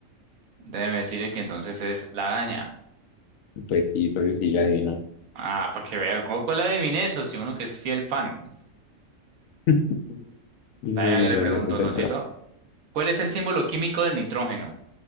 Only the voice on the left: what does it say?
Pues sí, socio, sí, la adivino.
<laughs> No,
socio,
entonces,